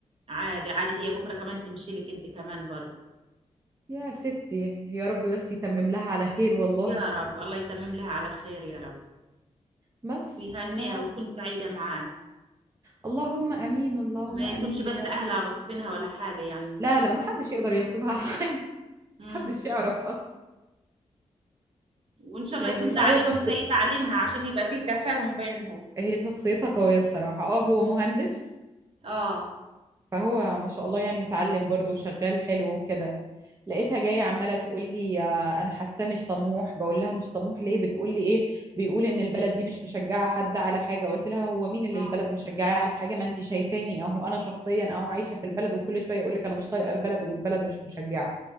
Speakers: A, on the right; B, on the right.
A: عادي عادي هي بكرة كمان تمشي لك انت كمان برضه
B: يا ستي يا رب بس يتمم لها على خير والله
A: يا رب الله يتمم لها على خير يا رب
B: بس
A: ويهنيها
B: ف
A: وتكون سعيدة معاه
B: اللهم امين اللهم
A: ما
B: امين
A: يكونش بس
B: بجد
A: اهلها غصبينها ولا حاجة يعني
B: لا لا محدش يقدر يغصبها على <laughs> حاجه
A: امم
B: محدش يعرف اصلا
A: وان شاء
B: يعني
A: الله يكون
B: لا
A: تعليمه
B: اي شخص
A: زي تعليمها عشان يبقى فيه تفاهم بينهم
B: هي شخصيتها قويه الصراحه اه هو مهندس
A: اه
B: فهو ما شاء الله يعني متعلم برضه وشغال حلو وكده لقيتها جايه عماله تقول لي آه، انا حاساه مش طموح بقول لها مش طموح ليه بتقول لي ايه بيقول ان البلد دي مش مشجعه حد على حاجه قلت لها هو مين اللي
A: اه
B: البلد مشجعاه على حاجه ما انت شايفاني اهو انا شخصيا اهو عايشه في البلد وكل شويه يقول لك انا مش طايقه البلد والبلد مش مشجعه